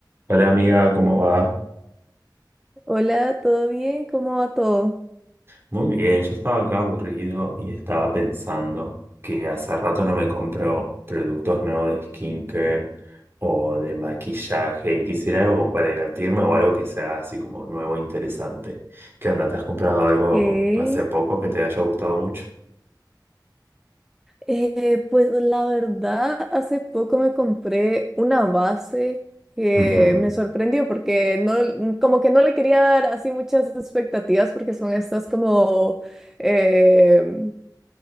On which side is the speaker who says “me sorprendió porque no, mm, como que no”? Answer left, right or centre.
Centre